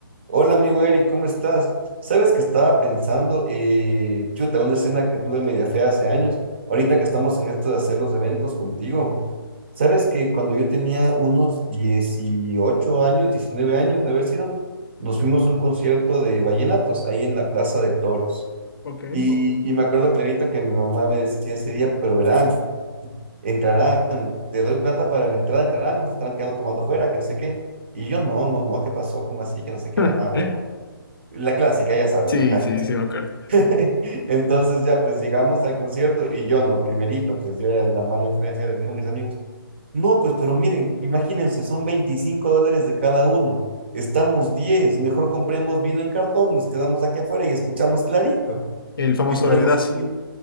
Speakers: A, on the right; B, on the left.
A: Hola amigo Eric, ¿cómo estás? Sabes que estaba pensando, eh, chuta, una escena que tuve media fea hace años, ahorita que estamos en esto de hacer los eventos contigo. Sabes que cuando yo tenía unos 18 años, 19 años de haber sido, nos fuimos a un concierto de vallenatos ahí en la Plaza de Toros.
B: Ok.
A: Y, y me acuerdo clarita que mi mamá me decía ese día, pero verán, entrarán, te doy plata para la entrada, entrarán, nos estarán quedando tomando afuera, que no sé qué. Y yo, no, no, no, ¿qué pasó? ¿Cómo así? Que no sé qué,
B: <laughs>
A: mamá, bueno. La clásica, ya sabes,
B: Sí,
A: ajá.
B: sí, sí, me acuerdo.
A: <laughs> Entonces ya pues llegamos al concierto y yo no, primerito, pues yo era la mala influencia, les digo a mis amigos, no, pues pero miren, imagínense, son 25 dólares de cada uno, estamos 10 mejor compremos vino en cartón, nos quedamos aquí afuera y escuchamos clarito.
B: El famoso
A: Y todos
B: veredazo.
A: mis amigos,